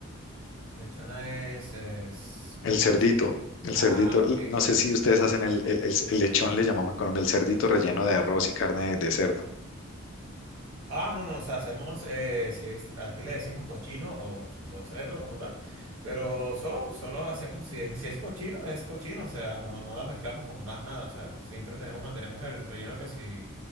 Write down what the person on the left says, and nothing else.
el
cerdito.
El
cerdito,
l- no
sé si ustedes hacen el, el- el- el lechón, le llamamos en Colombia, el cerdito relleno de arroz y carne de de cerdo.